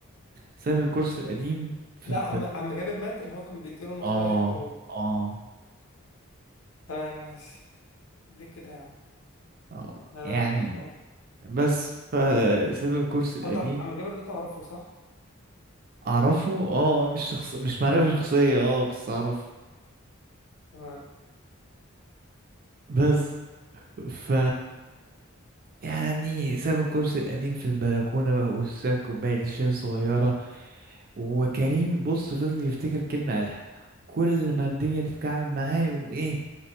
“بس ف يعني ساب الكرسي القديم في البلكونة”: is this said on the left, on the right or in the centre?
Right